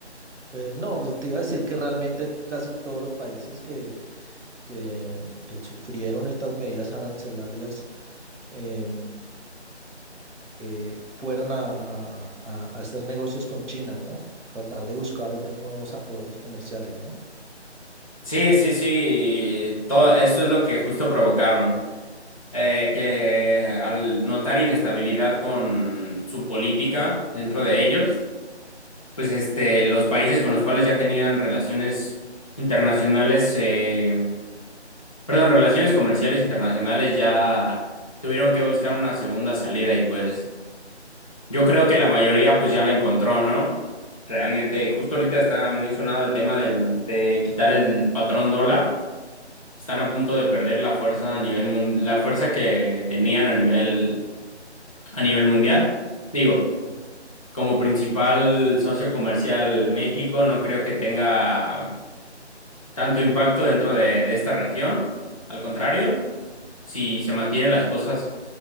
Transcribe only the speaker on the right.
eh, no, pues, te iba a decir que realmente casi todos los países que que, que sufrieron estas medidas arancelarias eh, eh, fueron a, a- a- hacer negocios con China, ¿no? Tratar de buscar otros nuevos acuerdos comerciales, ¿no?
Ya.